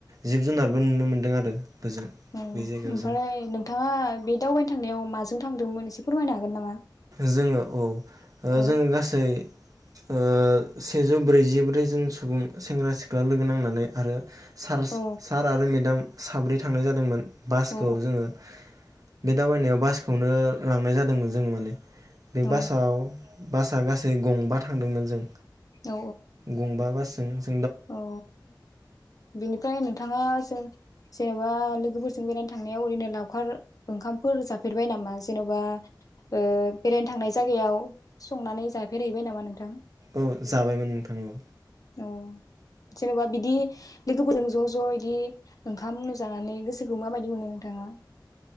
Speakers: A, on the right (about 45°); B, on the left (about 50°).
A: जिब जुनारबो नुनो मोनदों आरो। ओजों
B: अ
A: बे
B: ओमफ्राय
A: जायगायाव जों
B: नोंथाङा बे दावबायनो थांनायाव माजों थांदोंमोन एसे फोरमायनो हागोन नामा?
A: जोङो औ। ओ
B: औ
A: जोङो गासै ओ सेजौ ब्रैजिब्रैजोन सुबुं सेंग्रा सिख्ला लोगो नांनानै आरो सार
B: औ
A: स सार आरो मेडाम। साब्रै थांनाय जादोंमोन। बासखौ
B: औ
A: जोङो बे दावबायनायाव बासखौनो लांनाय जादोंमोन जों माने। बे
B: औ
A: बासाव बासआ गासै गंबा थांदोंमोन जों।
B: औ
A: गंबा बास <unintelligible>
B: औ बिनिफ्राय नोंथाङा जेन'बा लोगोफोरजों बेरायनो थांनायाव ओरैनो लावखार ओंखामफोर जाफेरबाय नामा? जेन'बा ओ बेरायनो थांनाय जागायाव संनानै जा बेरायहैबाय नामा नोंथां?
A: औ जाबायमोन नोंथां औ।
B: औ। जेन'बा बिदि लोगोफोरजों ज' ज' इदि ओंखाम उनो जानानै गोसो खौ माबायदि मोनो नोंथाङा?